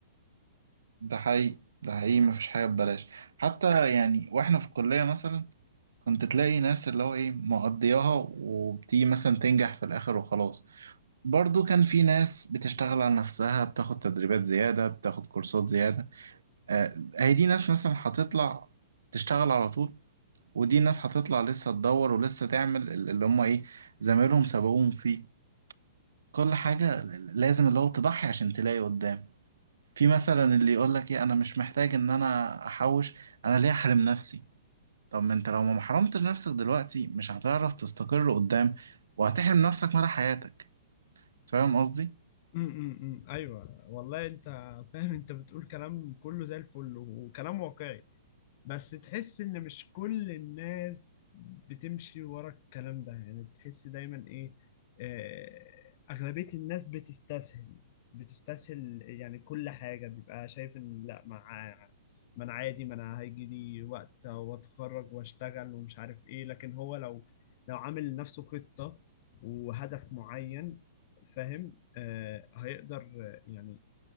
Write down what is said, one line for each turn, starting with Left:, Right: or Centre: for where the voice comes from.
Right: ده حقيقي ده حقيقي مفيش حاجة ببلاش حتى يعني واحنا في الكلية مثلا كنت تلاقي ناس اللي هو ايه مقضياها وبتيجي مثلا تنجح في الآخر وخلاص برضو كان في ناس بتشتغل على نفسها بتاخد تدريبات زيادة بتاخد كورسات زيادة آه، هي دي ناس مثلا هتطلع تشتغل على طول ودي ناس هتطلع لسه تدور ولسه تعمل ال- اللي هم ايه زمايلهم سبقوهم فيه كل حاجة لازم اللي هو تضحي عشان تلاقي قدام في مثلا اللي يقول لك ايه انا مش محتاج ان انا احوش انا ليه احرم نفسي طب ما انت لو ما حرمتش نفسك دلوقتي مش هتعرف تستقر قدام وهتحرم نفسك مدى حياتك فاهم قصدي
Left: امم ايوه والله انت فاهم انت بتقول كلام كله زي الفل وكلام واقعي بس تحس ان مش كل الناس بتمشي ورا الكلام ده يعني تحس دايما ايه آه، اغلبية الناس بتستسهل بتستسهل يعني كل حاجة بيبقى شايف ان لا ما ع- ما انا عادي ما انا هيجي لي وقت واتخرج واشتغل ومش عارف ايه لكن هو لو لو عامل لنفسه خطة وهدف معين فاهم آه هيقدر آه، يعني